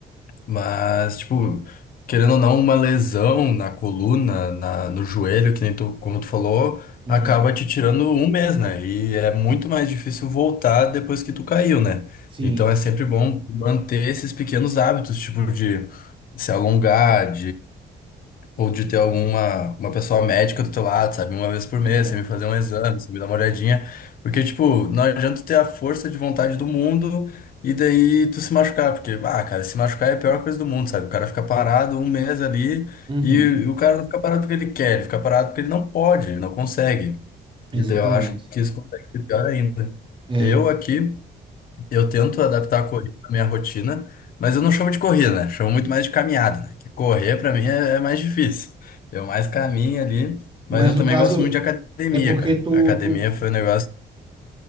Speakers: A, on the left; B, on the right.
A: mas, tipo, querendo ou não, uma lesão na coluna, na, no joelho, que nem tu, como tu falou,
B: uhum.
A: acaba te tirando um mês, né? E é muito mais difícil voltar depois que tu caiu, né?
B: Sim,
A: Então é sempre bom manter esses pequenos hábitos, tipo de se alongar, ou de ter alguma uma pessoa médica do teu lado, sabe? Uma vez por mês,
B: é.
A: você me fazer um exame, você me dar uma olhadinha. Porque, tipo, não adianta tu ter a força de vontade do mundo e daí tu se machucar. Porque, ah, cara, se machucar é a pior coisa do mundo, sabe? O cara fica parado um mês ali
B: Uhum,
A: e, e o cara não fica parado porque ele quer, ele fica parado porque ele não pode, ele não consegue.
B: exatamente.
A: E daí eu acho que isso consegue ser pior ainda.
B: É,
A: Eu aqui. Eu tento adaptar a corrida à minha rotina, mas eu não chamo de corrida, né? Chamo muito mais de caminhada, né? Que correr pra mim é, é mais difícil. Eu mais caminho ali,
B: mas
A: mas eu
B: no
A: também
B: caso
A: gosto muito de academia,
B: é porque
A: cara.
B: tu,
A: A academia
B: tu
A: foi um negócio.